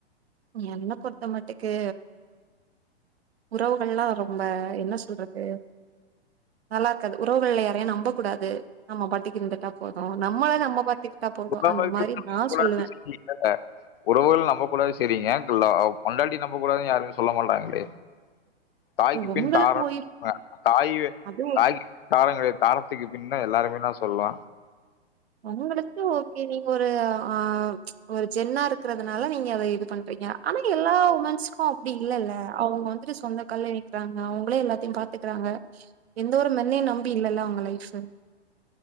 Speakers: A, on the right; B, on the left.
A: என்ன பொறுத்த மட்டுக்கு உறவுகள்ல்ல ரொம்ப என்ன சொல்றது நல்லா இருக்காது உறவுகள்ல யாரையையும் நம்பக்கூடாது நம்ம பாட்டக்கு இருந்து கிட்டா போது நம்மள நம்ம பாத்துக்கிட்டா போது
B: உறவுகள்
A: அந்த மாரி நா
B: கூடாது
A: சொல்லுவே
B: சரி உறவுகள் நம்பக்கூடாது செரிங்க லோ பொண்டாட்டி நம்ப கூடாதுனு யாருமே சொல்ல மாட்டாங்களே தாய்க்கு
A: உங்களுக்கு
B: பின் தாரோ
A: ஓய்
B: <inaudible> தாய்
A: அது
B: தாய் தாரோ கெடையாது தாரத்துக்கு பின்ன எல்லாருமேன்னா சொல்லலா
A: உங்களுக்கு ஓகே ஒரு ஆ ஒரு ஜென்னா இருக்கிறதுனால நீங்க அத இது பண்றீங்க ஆனா எல்லா உமன்ஸ்க்கு அப்டி இல்லல்ல அவுங்க வந்துட்டு சொந்த கால்ல நிக் கிறாங்க அவுங்களே எல்லாத்தயு பாத்துக்றாங்க எந்த ஒரு மென்னயு நம்பி இல்லல்ல அவுங்க லைஃப் <inaudible>